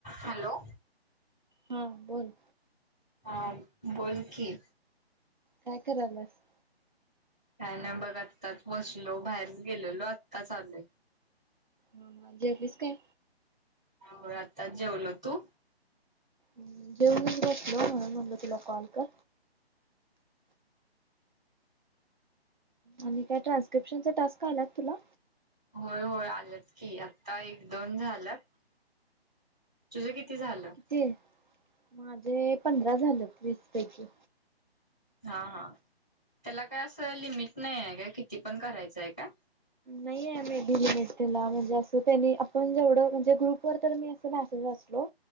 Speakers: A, in the centre; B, on the right.
A: Hello.
B: हा बोल.
A: हा बोलकी
B: काय करायलास.
A: काय नाही बघ आत्ताच बसलो बाहेरच गेलेलो आत्ताच आलोय.
B: होना जेवलीस काय?
A: होय आत्ताच जेवलो तू
B: हमम जेऊनच बसलो म्हणून म्हटलं तुला कॉल कर. आणि काय ट्रान्स्क्रिप्शन चा टास्क आलात तुला?
A: होय होय आलंत की आ एक दोन झालात तुझं किती झालं?
B: किती माझे पंधरा झालेत वीस पैकी
A: हा हा त्याला काय असं लिमिट नाही आहे का किती पण करायचं आहे का?
B: नाही आहे मे बी मला म्हणजे असं त्यांनी आपण जेवढं म्हणजे ग्रुप वर तर मी अस मॅसेज वाचलो.